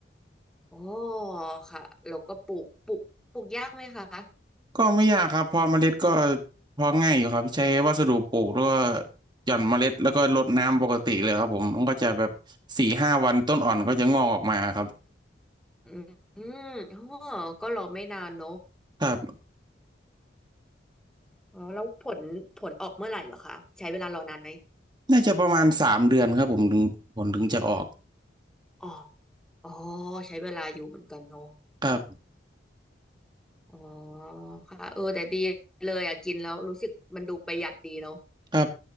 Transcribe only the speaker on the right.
ก็ไม่ยากครับพอเมล็ดก็เพอง่ายอยู่ครับใช้วัสดุปลูกแล้วก็หย่อนเมล็ดแล้วก็รดน้ำปกติเลยครับผมมันก็จะแบบสี่ห้าวันต้นอ่อนก็จะงอกออกมาครับ
ครับ
น่าจะประมาณสามเดือนครับผมถึงผลถึงจะออก
ครับ
ครับ